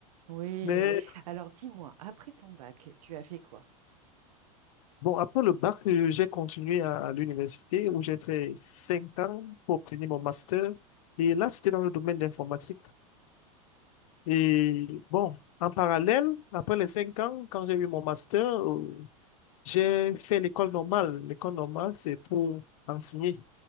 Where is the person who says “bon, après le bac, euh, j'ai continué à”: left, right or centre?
Left